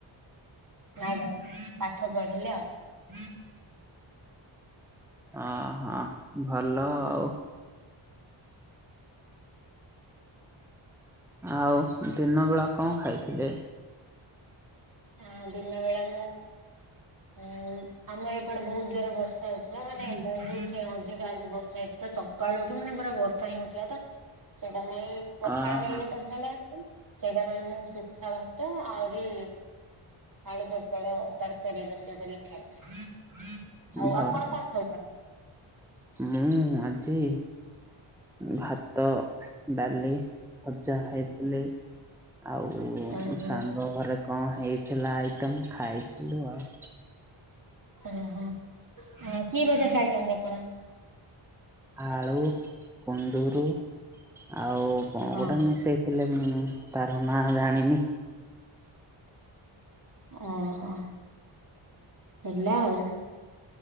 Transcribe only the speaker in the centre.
ଅ ହଁ ଭଲ ଆଉ। ଆଉ ଦିନବେଳା କଣ ଖାଇଥିଲେ?
ଅହ
ଭଲ
ମୁଁ ଆଜି ଭାତ, ଡାଲି, ଭଜା ଖାଇଥିଲି। ଆଉ
ସାଙ୍ଗ ଘରେ କଣ ହେଇଥିଲା ଆଇଟମ୍ ଖାଇଥିଲୁ ଆଉ।
ଆଳୁ କୁନ୍ଦୁରୁ ଆଉ କଣ
ଗୋଟେ ମିଶେଇ ହେଲେ ମୁଁ ତାର ନାଁ ଜାଣିନି।